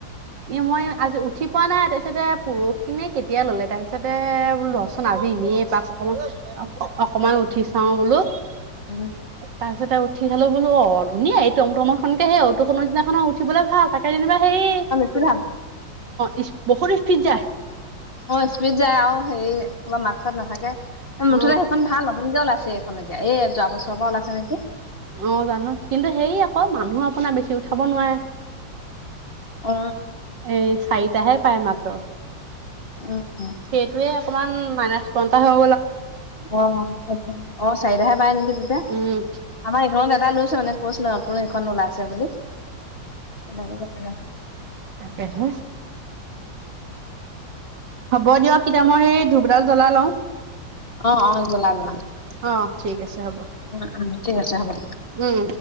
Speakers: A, on the right; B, on the left.
A: মই আজি উঠি পোৱা নাই। তাৰপিছতে পৰখি নে কেতিয়া ললে, তাৰপিছত দে বোলো
B: উম
A: ৰচোন আজি এনেয়ে পাক অকমান অকমান উঠি চাও বোলো। তাৰপিছতে
B: উম
A: উঠি চালো বোলো অ, ধুনীয়া এই টোম টোমৰখনকে, সেই অটোখনৰ নিচিনাখনত উঠিবলৈ ভাল। তাকে যেনিবা হেৰি
B: কিধাল <unintelligible>
A: ইচ বহু ইস্পিজ যায়।
B: অ স্পীড যায় আৰু হেৰি কবা মাত চাত নাথাকে। মুঠতে
A: অ',
B: সেইখন ভাল। নতুন কে ওলাইছে এতিয়া এই যোৱা বছৰৰ পৰা ওলাইছে নেকি
A: অ জানো। কিন্তু সেই আকৌ মানুহ শুনা বেছি উঠাব নোৱাৰে।
B: অ
A: এই চাৰিটাহে পায় মাত্ৰ।
B: আহ
A: সেইটোৱে অকমান মাইলাচ <unintelligible>
B: অ অ চাৰিটাহে পায় নেকি তাতে?
A: উম,
B: আমাৰ এইখনত দাদাই লৈছে মানে। কৈছিলো নতুন অতো এখন ওলাইছে বুলি। এল ককৰা <unintelligible>
A: তাকে হে হ'ব দিয়ক এতিয়া মই সেই ধূপডাল জ্বলা লওঁ।
B: অ অ জ্জলা জ্জলা
A: অ', ঠিক আছে হ'ব
B: উম উম ঠিক আছে হ'ব দে।
A: উম।